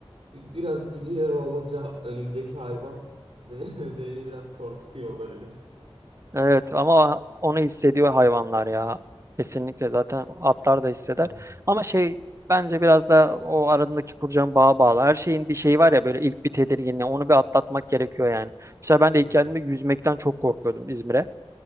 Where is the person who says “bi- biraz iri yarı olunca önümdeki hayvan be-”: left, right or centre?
Right